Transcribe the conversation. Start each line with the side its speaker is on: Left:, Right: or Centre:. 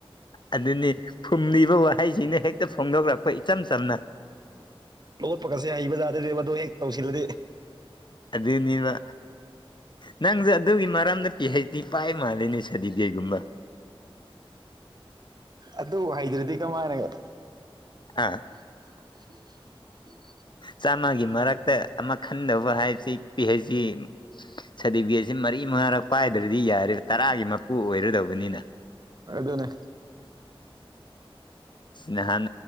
Left: ꯑꯗꯨꯅꯤ ꯐꯨꯝꯂꯤꯕ ꯋꯥꯍꯩꯁꯤꯅ ꯍꯦꯛꯇ ꯐꯣꯡꯗꯣꯛꯂꯛꯄ ꯏꯆꯝ ꯆꯝꯅꯥ
Right: ꯂꯣꯠꯄꯒꯥꯁꯦ ꯍꯩꯕꯖꯥꯠ ꯃꯗꯨ ꯍꯦꯛ ꯇꯧꯁꯤꯜꯂꯗꯤ
Left: ꯑꯗꯨꯅꯤꯕꯥ ꯅꯪꯁꯨ ꯑꯗꯨꯒꯤ ꯃꯔꯝꯗ ꯄꯤ ꯍꯩꯆ ꯗꯤ ꯄꯥꯏ ꯃꯥꯜꯂꯦꯅꯦ ꯁꯥꯗꯤꯐꯤꯒꯦꯠꯒꯨꯝꯕ
Right: ꯑꯗꯨ ꯍꯩꯗ꯭ꯔꯗꯤ ꯀꯃꯥꯏꯅꯒꯥ
Left: ꯍꯥꯥ
Right: <unintelligible>
Left: ꯆꯥꯝꯃꯒꯤ ꯃꯔꯛꯇ ꯑꯃ ꯈꯟꯗꯧꯕ ꯍꯥꯏꯕꯁꯤ ꯄꯤꯍꯩꯁꯗꯤ ꯁꯥꯔꯇꯤꯐꯤꯀꯦꯠꯁꯤ ꯃꯔꯤ ꯃꯉꯥꯔꯛ ꯄꯥꯏꯗ꯭ꯔꯗꯤ ꯌꯥꯔ ꯇꯔꯥꯒꯤ ꯃꯄꯨ ꯑꯣꯏꯔꯗꯧꯕꯅꯤꯅ
Right: ꯑꯗꯨꯅꯦ
Left: ꯅꯍꯥꯟ